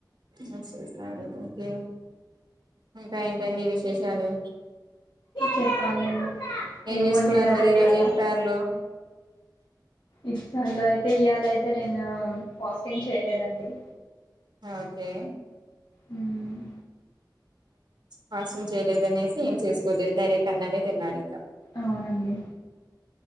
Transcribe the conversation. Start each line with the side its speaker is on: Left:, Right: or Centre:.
Right: యూజ్ ఓకే ఇంకా ఏంటండి విశేషాలు
Left: చెప్పాలండి ఏం
Right: చేసుకున్నారు
Left: వండినరు
Right: మరి
Left: ఇయల
Right: ఈరోజు ఇఫ్తార్ లో
Left: ఇ చలో ఇయాలయితే నేను పస్టింగ్ చేయలేదండి
Right: ఓకే
Left: హ్మ్మ్
Right: కాస్టూమ్ చేయలేదు అనేసి ఏం చేసుకోలేదు డైరెక్ట్ అన్నమే తిన్నారు ఇంకా
Left: అవునండి